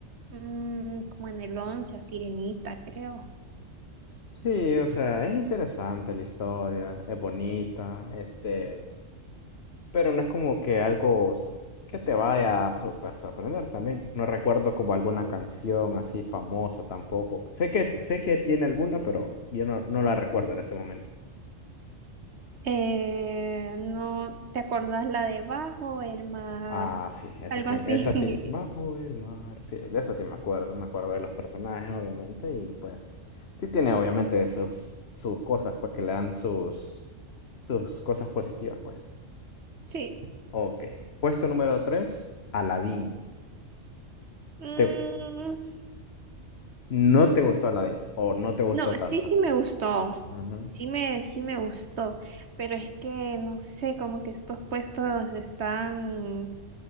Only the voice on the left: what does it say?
Sí, o sea, es interesante la historia, es bonita, este, pero no es como que algo que te vaya a súper sorprender también. No recuerdo como alguna canción así famosa tampoco. Sé que, sé que tiene alguna, pero yo no, no la recuerdo en este momento.
Ah, sí, esa
sí,
esa sí, bajo
el mar, sí, de esa sí me acuerdo, me acuerdo de los personajes, obviamente, y pues sí tiene obviamente sus, sus cosas, pues que le dan sus, sus cosas positivas, pues.
Ok, puesto número 3 Aladdin.
Te, ¿no te gustó Aladdin? ¿O no te gustó
tanto?
Ujú.